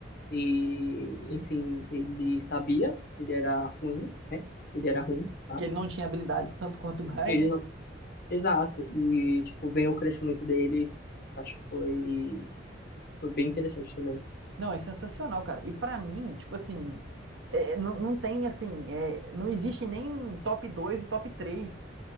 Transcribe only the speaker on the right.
Que ele não tinha habilidades
tanto quanto o Gai,
né?
Não, é sensacional, cara. E pra mim, tipo assim, é, não, não tem assim, é, não existe nem top 2 e top 3